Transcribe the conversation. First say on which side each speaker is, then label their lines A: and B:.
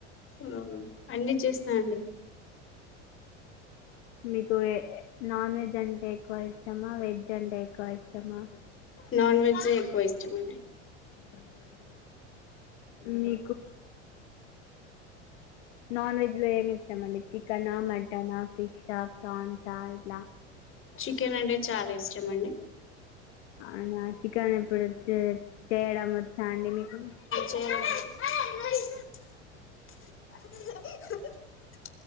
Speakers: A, on the left; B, on the left.
A: నాగు అన్ని చేస్తా అండి
B: మీకు ఏ నాన్ వెజ్ అంటే ఎక్కువ ఇష్టమా వెజ్ అంటే ఎక్కువ ఇష్టమా
A: నాన్ వెజే ఎక్కువ ఇష్టం అండి
B: అ ఉన్ని నాన్ వెజ్ లో ఏమి ఇష్ట మండి చికెనా మటనా ఫిష్ ఆ ప్రాన్స్ ఆ ఇట్లా
A: చికెన్ అంటే చాలా ఇష్టం అండి
B: అయినాడు చికెన్ ఇప్పుడు చే చేయడం వచ్చా అండి మీకు
A: చేయడం ఆ